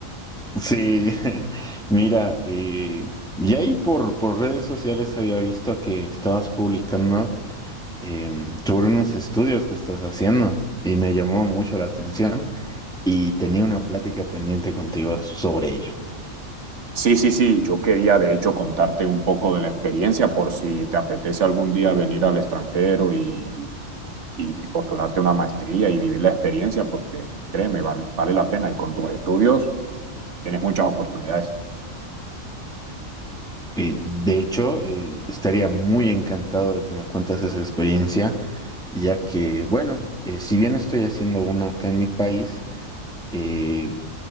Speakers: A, in the centre; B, on the right.
A: Sí, <laughs> mira, eh, y ahí por, por redes sociales había visto que estabas publicando em, sobre unos estudios que estás haciendo y me llamó mucho la atención y tenía una plática pendiente contigo sobre ello.
B: Sí, sí, sí, yo quería de hecho contarte un poco de la experiencia por si te apetece algún día venir al extranjero y, y- y postularte una maestría y vivir la experiencia porque créeme, val- vale la pena y con tus estudios tienes muchas oportunidades.
A: Eh, de hecho, eh, estaría muy encantado de que me cuentes esa experiencia, ya que, bueno, eh, si bien estoy haciendo una acá en mi país, eh,